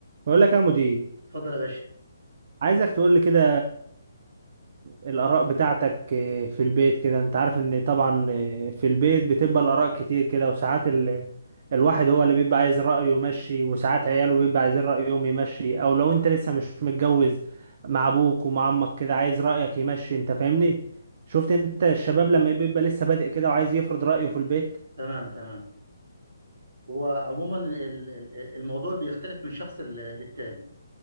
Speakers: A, on the right; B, on the right.
A: بقول لك يا مدير
B: اتفضل يا باشا
A: عايزك تقول لي كده الآراء بتاعتك آه، في البيت كده انت عارف ان طبعا آه، في البيت بتبقى الآراء كتير كده وساعات ال... الواحد هو اللي بيبقى عايز رأيه يمشي وساعات عياله بيبقى عايزين رأيهم يمشي او لو انت لسه مش متجوز مع ابوك ومع امك كده عايز رأيك يمشي انت فاهمني شفت انت الشباب لما بيبقى لسه بادئ كده وعايز يفرض رأيه في البيت
B: تمام تمام هو عموما ال- ال- الموضوع بيختلف من شخص ل- للتاني